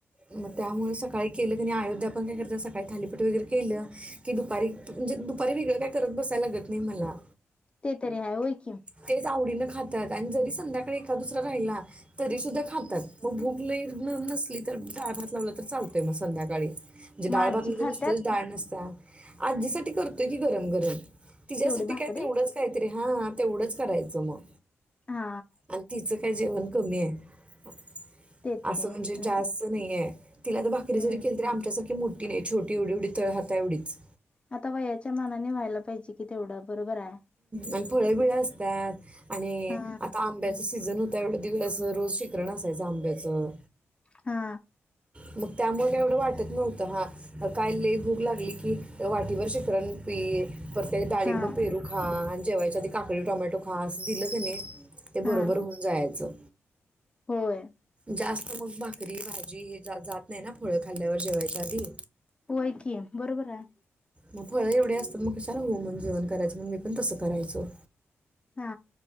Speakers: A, on the right (about 25°); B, on the left (about 25°).
A: मग त्यामुळे सकाळी केलं कनी अयोध्या पण काय करत्या सकाळी थालीपीठ वगैरे केलं की दुपारी म्हणजे दुपारी वेगळ काय करत बसायला लागत नाही मला.
B: ते तरीे हाय होय कि
A: तेच आवडीनं आणि जरी संध्याकाळी एका दुसरा राहिला तरी सुद्धा खातात मग भूक नयी नसली, तर डाळ भात लावला तर चालतो. ते मग संध्याकाळी, म्हणजे डाळभात
B: आजी
A: म्हणजे
B: खात्यात
A: नुसतीच डाळ नसत्या आज्जीसाठी, करतोय की गरम गरम तिच्यासाठी
B: तेवढी भाकरी
A: काय तेवढंच काहीतरी हा तेवढंच करायचं मग
B: हा
A: आणि तिचं काय जेवण कमी आहे. ह
B: ते तरी
A: असं
B: आहे
A: म्हणजे
B: हम्म
A: जास्त नाहीये. तिला जरी
B: हम्म
A: केलं तरी आमच्यासाठी की मोठी नाही छोटी एवढी एवढी तळहाताएवढीच
B: आता वयाच्या मानाने व्हायला पाहिजे कि तेवढं बरोबर आहे
A: आणि फळे बिळ असतात आणि
B: हा
A: आता आंब्याच सीझन होता. एवढ दिवस रोज सिकरण असायचं आंब्याचं
B: हा
A: मग त्यामुळे येवढं वाटत हो का हा काय लय भूक लागली की वाटीवर शिखरण पि, पर का डाळिंब,
B: हा
A: पेरू खा. जेवायच्या आधी काकडी टोमॅटो खा असं दिलं कणी ते बरोबर
B: हा
A: होऊन जायचं
B: होय
A: जास्त मग भाकरी भाजी जी... जात नाही ना फळं खाल्ल्यावर जेवायच्या आधी...
B: होय कि ये बरोबर आहे
A: मग फळ एवढे असत. मग कशाला हुं म्हणून जेवन करायचं मी पण तसं करायचं.
B: हा